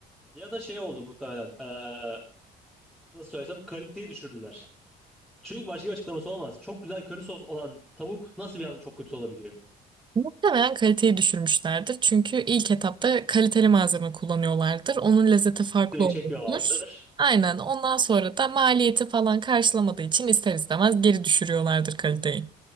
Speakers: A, in the centre; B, on the right (about 30°).
A: ya da şey oldu muhtemelen. Ee, nasıl söylesem kaliteyi düşürdüler. Çünkü başka bir açıklaması olmaz. Çok güzel köri sos olan tavuk nasıl bir anda çok kötü olabiliyor?
B: Muhtemelen kaliteyi düşürmüşlerdir. Çünkü ilk etapta kaliteli malzeme kullanıyorlardır. Onun lezzeti farklı
A: Bir şey çekiyorlardır.
B: oluyordur. Aynen. Ondan sonra da maliyeti falan karşılamadığı için ister istemez geri düşürüyorlardır kaliteyi.